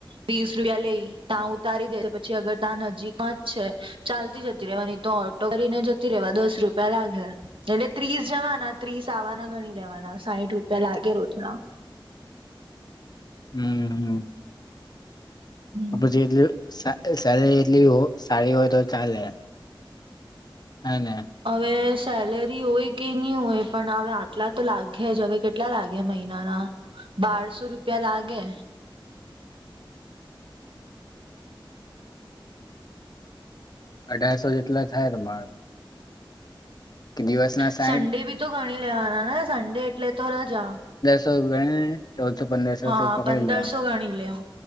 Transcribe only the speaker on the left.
હમ હમ.
અ જેટલે સેરી એટલી સારી હોય તો ચાલે. હેને
અઢારસો જેટલા થાય તમારા. કે દિવસ ના સાઈબ
સગળ <unintelligible> ચૌદસો પંદરસો
તો પકડી
લેવાનું,